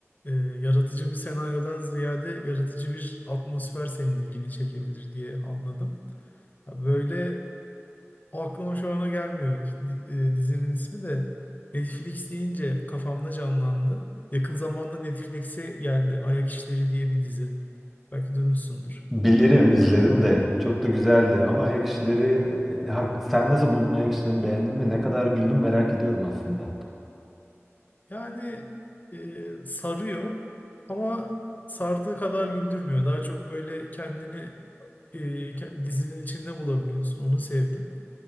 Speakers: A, on the left; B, in the centre.
A: e, yaratıcı bir senaryodan ziyade yaratıcı bir atmosfer senin ilgini çekebilir diye anladım. Ya böyle o aklıma şu ana gelmiyor. Di- e, dizinin ismi de Netflix deyince kafamda canlandı. Yakın zamanda Netflix'e geldi Ayak İşleri diye bir dizi. Belki duymuşsundur.
B: Bilirim, izledim de. Çok da güzeldi. Ama ayak işleri, e, hak- sen nasıl buldun ayak işlerini? Beğendin mi? Ne kadar güldüm merak ediyorum aslında.
A: Yani e, sarıyor ama sardığı kadar güldürmüyor. Daha çok böyle kendini e, ke- dizinin içinde bulabiliyorsun. Onu sevdim.